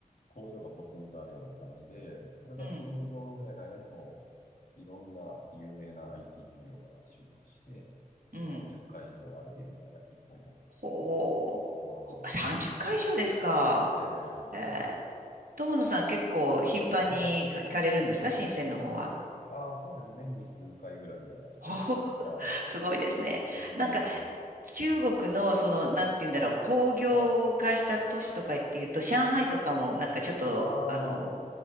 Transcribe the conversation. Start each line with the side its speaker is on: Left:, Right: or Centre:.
Left: 工場がポツンとあるような感じで、それが10年ぐらいの間にも
Right: うん、
Left: ういろんな有名な IT 企業が集結して、
Right: うん。
Left: で、30階以上あるビルがいっぱい建ってるって感じですね。
Right: ほう。
Left: うん。
Right: ほ30回以上ですか。
Left: ええそうですね。
Right: ええ。友野さん結構頻繁に行かれるんですか深センの方は。
Left: はい。ああ、そうですね。年に数回ぐらいは行きますね。
Right: <laughs> おー
Left: は
Right: すごいですね。
Left: い。う
Right: なんか
Left: ん。
Right: 中国のその、なんて言うんだろう、工業化した都市とかっていうと、
Left: はい。
Right: 上海とかもなんかちょっと、
Left: あは
Right: あの、